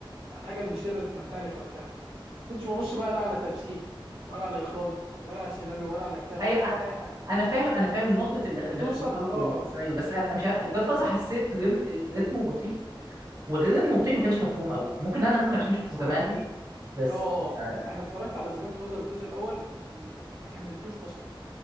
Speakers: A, on the right (about 80°); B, on the right (about 45°).
A: على الحاجه المثيره اللي تمتعني في وقتها ما كنتش ببص بقى لا على تمثيل ولا على اخراج ولا على سيناريو ولا على كتابه
B: ايوه
A: ولا
B: أ-
A: على اي حاجه
B: انا فاهم انا فاهم نقطه ال- ال-
A: فبتوصل
B: الاخراج
A: اه
B: والسيناريو بس انا أنا مش عارف جاد فازر
A: ف...
B: حسيت رم... رتمه بطيء وغير رتمه بطيء ما كانش مفهوم قوي ممكن انا ممكن عشان شفته
A: انصحك
B: زمان
A: بيه
B: بس
A: اه اه.
B: مش
A: آه.
B: عارف
A: انا اتفرجت على ذا جاد فازر الجزء الاول وما كملتوش اصلا